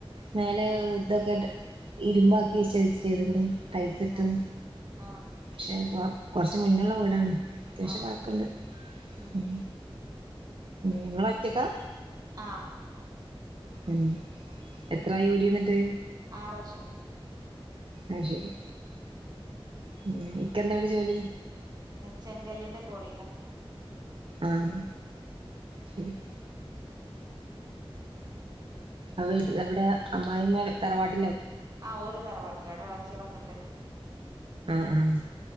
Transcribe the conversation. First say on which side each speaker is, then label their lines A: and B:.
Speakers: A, on the right (about 65°); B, on the right (about 40°).
A: മലെ
B: ഉം
A: ഇതൊക്കെ ഇരുമ്പക്കി ചെയ്തണ്ട് ൈഫത്തും
B: ഏഹ് ആഹ്
A: പക്ഷെ കുറച്ച് മുന്നുള്ള വീടാണ് അത്യാവശ്യം
B: ആഹ്
A: വക്കണ്ട്
B: ഉം
A: ഉ നിങ്ങ ഒറ്റക്കാ
B: ആഹ
A: ഉം എത്രായി വീടി വന്നിട്ട്
B: ആറഷേ
A: ആഹ ശരി ഉ ഇക്കെന്താവിടെ ജോലി
B: ചെങ്കല്ലിന്റെ കോറില്ലേ
A: ആഹ ശരി അട്ട
B: പിന്നെ
A: ഇവിടെ അമ്മായിമ്മ തറവാട്ട
B: ആഹ് ഒരു തറവാട്ടില്ല അവിടെ ഇളച്ചികളൊക്കെ ഉണ്ട്
A: ആഹ ആ